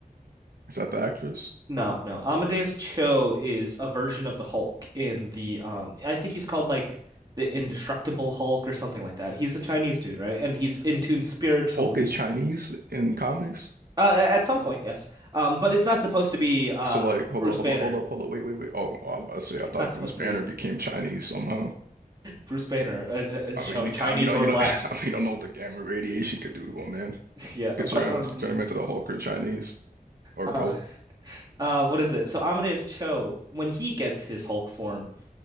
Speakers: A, on the right (about 80°); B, on the right (about 25°).
A: Is that the actress?
B: No, no. Amadeus Cho is a version of the Hulk in the um I think he's called like the Indestructible Hulk or something like that. He's a Chinese dude, right? And he's in tune spiritually.
A: Hulk is Chinese in comics.
B: Uh a- at some point, yes. Um but it's not supposed to be uh
A: So like, hold
B: Bruce
A: up,
B: Banner.
A: hold up, hold up, hold up, wait, wait, wait. Oh, oh, I was about to say, I
B: It's
A: thought
B: not supposed
A: Bruce Banner
B: to be
A: became Chinese somehow.
B: Bruce Banner uh, uh, uh, shown
A: I mean,
B: Chinese
A: I mean, you don't,
B: or
A: you
B: black.
A: know, <laughs> I mean, you don't know what the gamma radiation could do to him, man.
B: <laughs> Yeah,
A: Could
B: but
A: turn
B: um
A: turn him into the Hulk or Chinese or
B: uh
A: both.
B: uh what is it? So Amadeus Cho when he gets his Hulk form